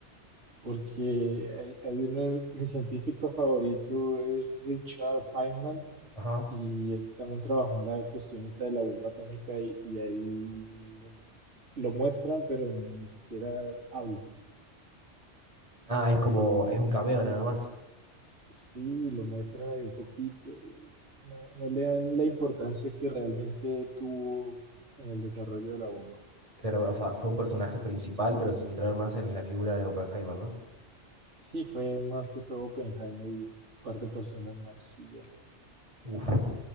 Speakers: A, on the right (about 85°); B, on the right (about 30°).
A: Porque hay, hay uno, de- mi científico favorito es Richard Feynman
B: Ajá.
A: Y él también trabajó en la cuestión esta de la bomba atómica y, y ahí lo muestran, pero ni siquiera habla.
B: Ah, es como,
A: Y
B: es un cameo nada más.
A: sí, lo muestran ahí un poquito y no, no le dan la importancia que realmente tuvo en el desarrollo de la bomba.
B: Claro, o sea, fue un personaje principal, pero se centraron más en la figura de Oppenheimer, ¿no?
A: Sí, fue más que todo Oppenheimer y un par de personas más y ya.
B: Uf,